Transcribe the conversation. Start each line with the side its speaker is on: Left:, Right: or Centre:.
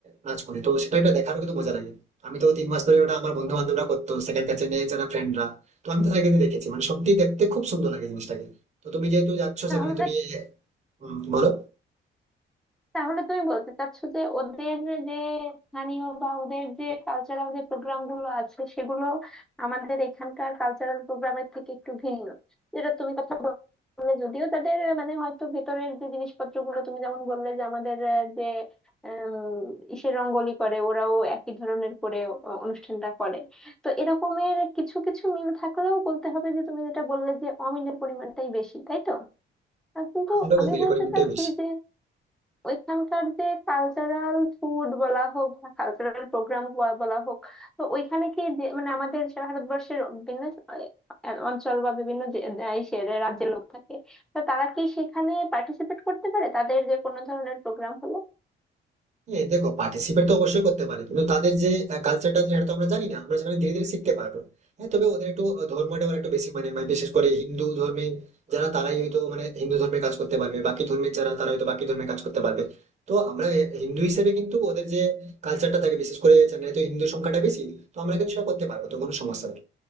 Right: নাচ করে তো সেটা একটা দেখারও কিন্তু মজা লাগে আমি তো তিন মাস ধরে ওটা আমার বন্ধু বান্ধবরা করতো সেকেন্ড কাছে নিয়ে যারা ফ্রেন্ডরা তো আমি তো তাদেরকে দেখেছি মানে সত্যি দেখতে খুব সুন্দর লাগে জিনিসটাকে তো তুমি যেহেতু যাচ্ছ
Centre: তাহলে
Right: সেখানে তুমি উম, বলো
Centre: তাহলে তুমি বলতে চাচ্ছো যে ওদের যে স্থানীয় বা ওদের যে কালচারাল যে প্রোগ্রাম গুলো আছে সেগুলো আমাদের এখানকার কালচারাল প্রোগ্রামের থেকে একটু ভিন্ন যেটা তুমি কথা বললে যদিও তাদের আহ, মানে হয়তো ভেতরের যে জিনিসপত্র গুলো তুমি যেমন বললে যে আমাদের আহ, যে আম, ইসে রঙ্গোলি করে ওরাও একই ধরনের করে আহ, অনুষ্ঠানটা করে তো এরকমের কিছু কিছু মিল থাকলেও বলতে হবে যে তুমি যেটা বললে যে অমিলের পরিমাণটাই বেশি তাই তো আহ, কিন্তু
Right: সেটা
Centre: আমি
Right: মিলে
Centre: বলতে
Right: পরিমাণটাই
Centre: চাচ্ছি
Right: বেশি
Centre: যে ওইখানকার যে কালচারাল ফুড বলা হোক বা কালচারাল প্রোগ্রাম বলা হোক তো ওইখানে কি যে- মানে আমাদের সে ভারতবর্ষের বিভিন্ন আহ, অঞ্চল বা বিভিন্ন যে- দেশের রাজ্যের লোক থাকে তো তারা কি সেখানে পার্টিসিপেট করতে পারে তাদের যে কোনো ধরনের প্রোগ্রাম হলো
Right: হ্যাঁ দেখো পার্টিসিপেট তো অবশ্যই করতে পারে কিন্তু তাদের যে কালচারটা আছে সেটা তো আমরা জানি না আমরা সেখানে ধীরে ধীরে শিখতে পারবো হ্যাঁ তবে ওদের একটু আহ, ধর্মটা ওরা একটু বেশি মানে মানে বিশেষ করে হিন্দু ধর্মে যারা তারাই হয়তো মানে হিন্দু ধর্মে কাজ করতে পারবে বাকি ধর্মের যারা তারা হয়তো বাকি ধর্মে কাজ করতে পারবে তো আমরা এ- হিন্দু হিসেবে কিন্তু ওদের যে কালচারটা থাকে বিশেষ করে চেন্নাই তো হিন্দু সংখ্যাটা বেশি তো আমরা কিন্তু সেটা করতে পারবো তো কোনো সমস্যা নেই